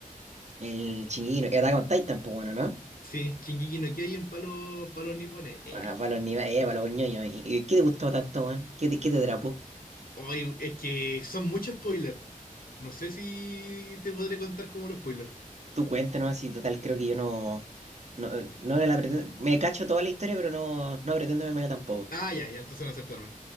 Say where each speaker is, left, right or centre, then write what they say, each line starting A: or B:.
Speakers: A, on the right (about 50°); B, on the left (about 80°).
A: El chino, el Attack on Titan, pues bueno, ¿no?
B: Sí, Shingeki no Kyojin para los, pa' los nipones. Eh,
A: Ah, para los animes, eh, para los ñoños. ¿Y y qué te gustó tanto, weón? ¿Qué te, qué te atrapó?
B: hoy, es que son muchos spoilers. No sé si te podré contar como los spoilers.
A: Tú cuéntanos, así total, creo que yo no, no, eh, no me la pretendo, me cacho toda la historia, pero no, no pretendo vermela tampoco.
B: Ah, ya, ya, entonces no aceptaron.